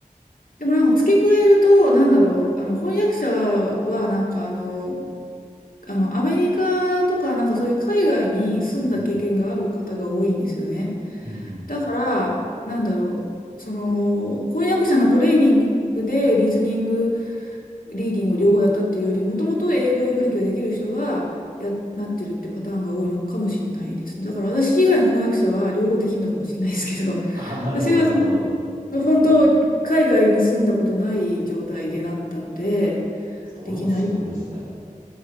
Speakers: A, on the left (about 90°); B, on the right (about 80°).
A: でもなんか付け加えると、なんだろう、あの翻訳者はなんかあの、あのアメリカとかなんかそういう海外に住んだ経験がある方が多いんですよね。
B: い。うん。うんうん。
A: だから、なんだろう、その翻訳者のトレーニングでリスニング、リーディング両方やったっていうより、もともと英語読み書きができる人がや、なってるってパターンが多いのかもしれないですね。だから私以外の翻訳者 <laughs> は両方できるのかもしれないですけど、
B: あ、なるほど、
A: 私はそ
B: なるほど。
A: の本当、
B: うん。
A: 海外に住んだことない状態でなったので、
B: それもすごいですね。
A: できない、